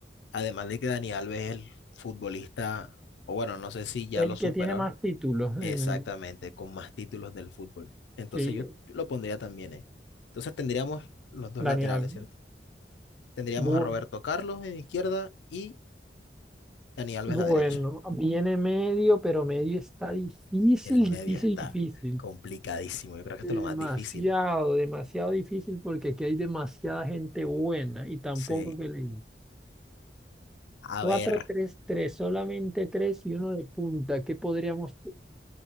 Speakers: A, on the left; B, in the centre.
A: Además de que Dani Alves es el futbolista, o bueno, no sé si ya
B: el
A: lo superó
B: que tiene más títulos. En
A: exactamente,
B: el-
A: con más títulos del fútbol. Entonces
B: sí,
A: yo lo pondría también, ¿eh? Entonces tendríamos los dos
B: Dani
A: laterales,
B: Alves.
A: ¿cierto? Tendríamos
B: Bueno,
A: a Roberto Carlos en izquierda y Dani Alves
B: bueno,
A: en la derecha.
B: viene medio, pero medio está difícil,
A: El medio
B: difícil,
A: está
B: difícil.
A: complicadísimo. Yo creo que
B: Demasiado,
A: esto es lo más difícil.
B: demasiado difícil porque aquí hay demasiada gente buena y tampoco
A: Sí.
B: que le
A: A
B: 4
A: ver.
B: 3 3 solamente 3 y uno de punta. ¿Qué podríamos...? pu-